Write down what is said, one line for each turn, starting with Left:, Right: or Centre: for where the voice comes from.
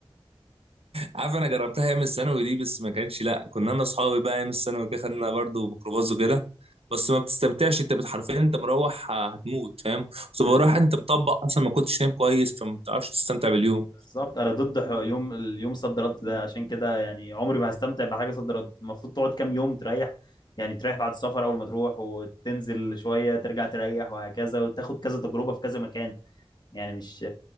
Right: عارف انا جربتها ايام الثانوي دي بس ما كانش لا كنا انا اصحابي بقى ايام الثانوي كده خدنا برضه ميكروباص وكده بس ما بتستمتعش انت حرفيا انت مروح هتموت فاهم كنت
Left: بالظبط
Right: بروح انت مطبق اصلا ما كنتش نايم كويس فما بتعرفش تستمتع باليوم
Left: بالظبط انا ضد ح- يوم اليوم صد رد ده عشان كده يعني عمري ما هستمتع بحاجه صد رد المفروض تقعد كام يوم تريح يعني تريح بعد السفر اول ما تروح وتنزل شويه ترجع تريح وهكذا وتاخد كذا تجربه في كذا مكان يعني مش